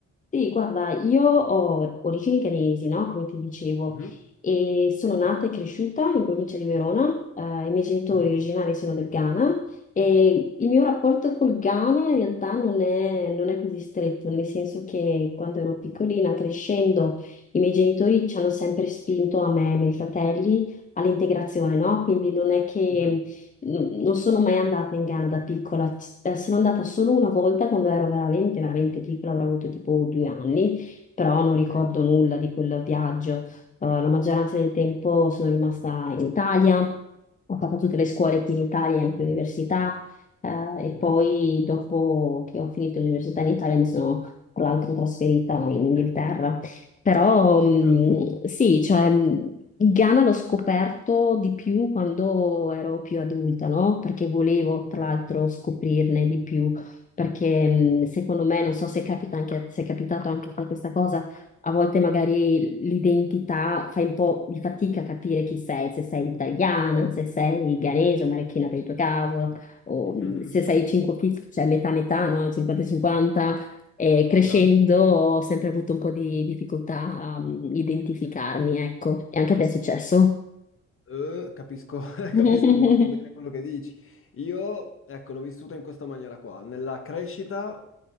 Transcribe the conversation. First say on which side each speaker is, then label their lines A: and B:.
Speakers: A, on the left; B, on the left.
A: Sì, guarda, io ho origini canesi, no? Come ti dicevo,
B: Mhm,
A: e sono nata e cresciuta in provincia di Verona. Eh, i miei genitori
B: mhm,
A: originari sono del Ghana e il mio rapporto col Ghana in realtà non è, non è così stretto, nel senso che quando ero piccolina, crescendo, i miei genitori ci hanno sempre spinto a me e ai miei fratelli all'integrazione, no? Quindi non è che
B: mhm,
A: non non sono mai andata in Ghana da piccola, C- eh, sono andata solo una volta quando ero veramente, veramente piccola, avrò avuto tipo due anni, però non
B: Ok.
A: ricordo nulla di quel viaggio. Eh, la maggioranza del tempo sono rimasta in Italia, ho fatto tutte le scuole qui in Italia, anche l'università, eh,
B: mhm.
A: e poi dopo che ho finito l'università in Italia mi sono tra l'altro trasferita in Inghilterra. Però mm,
B: Ah,
A: sì, cioè, il Ghana l'ho scoperto di più quando ero più adulta, no? Perché volevo,
B: ok,
A: tra l'altro, scoprirne di più, perché mh, secondo me, non so se capita anche, se è capitato anche a te questa cosa, a volte magari l'identità fai un po' di fatica a capire chi sei, se sei italiana,
B: certo.
A: se sei ghanese o marocchina per il tuo caso, o
B: <laughs>
A: mh, se sei 5, cioè metà metà, no? 50-50 e crescendo
B: Esatto.
A: ho sempre avuto un po' di difficoltà a mm, identificarmi, ecco. E anche a te è successo?
B: Eh, capisco, <laughs>
A: <laughs>
B: capisco molto bene quello che dici. Io, ecco, l'ho vissuta in questa maniera qua. Nella crescita